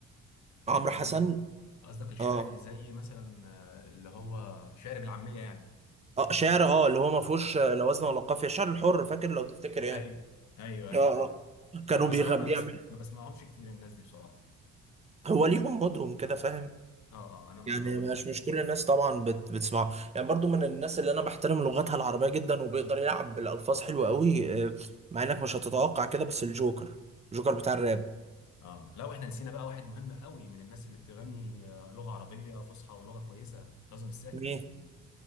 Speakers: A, on the left; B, on the right.
A: آه
B: عمرو
A: زي
B: حسن
A: قصدك الشعر
B: اه
A: اللي زي مثلا آه اللي هو شعر بالعاميه يعني
B: اه شعر اه اللي هو ما فيهوش لا وزن ولا قافيه شعر الحر فاكر لو تفتكر يعني
A: ايوه ايوه ايوه
B: اه اه
A: ايوه
B: كانوا
A: لا
B: بيغ...
A: بصراحه انا
B: بيعمل
A: بس ما بسمعهمش كتير الناس دي بصراحه
B: هو ليهم مودهم كده فاهم
A: اه اه انا ما
B: يعني
A: ما
B: مش
A: بس
B: مش كل الناس طبعا بت بتسمعه يعني برضو من الناس اللي انا بحترم لغتها العربية جدا وبيقدر يلعب بالالفاظ حلوة قوي آه، مع انك مش هتتوقع كده بس الجوكر الجوكر بتاع
A: اه
B: الراب
A: اه لا واحنا نسينا بقى واحد مهم قوي من الناس اللي بتغني آه، لغة عربية فصحى ولغة كويسة كاظم الساهر
B: مين
A: يعني